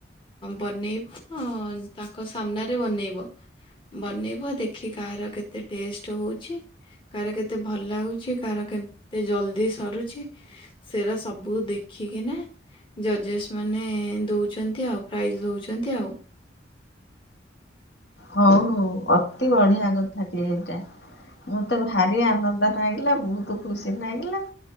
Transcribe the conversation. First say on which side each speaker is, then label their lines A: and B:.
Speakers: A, on the left; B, on the left.
A: ବନେଇବ ତାଙ୍କ ସାମ୍ନାରେ ବନେଇବ। ବନେଇବ ଦେଖି କାହାର କେତେ ଟେଷ୍ଟ ହଉଛି କାହାର କେତେ ଭଲ ଲାଗୁଛି କାହାର କେତେ ଜଲଦି ସରୁଛି ସେଟା ସବୁ ଦେଖିକିନା ଜଜେସ୍ ମାନେ ଦଉଛନ୍ତି ଆଉ ପ୍ରାଇଜ ଦଉଛନ୍ତି ଆଉ।
B: ହଉ ହଉ। ଅ ଏତେ ବଢିଆ କଥା ଟିଏ ଏଇଟା। ମତେ ଭାରି ଆନନ୍ଦ ଲାଗିଲା ବହୁତ ଖୁସି ଲାଗିଲା